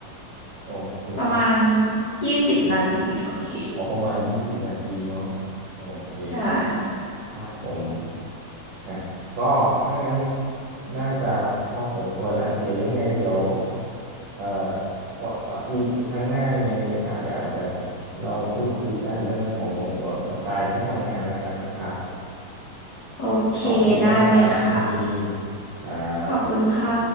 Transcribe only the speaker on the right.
โอเค
อ๋อประมาณยี่สิบนาทีเนาะโอเค
ครับผมอ่ะก็ถ้างั้นน่าจะพอสมควรแล้วเดี๋ยวยังไงเดี๋ยวเอ่อวาเอ่อมีครั้งหน้ายังไงมีโอกาสเดี๋ยวอาจจะเรามาพูดคุยกันเรื่องของแบบสไตล์ที่ทำงานแล้วกันนะครับ
ขอบคุณมากครับคุณบีมครับ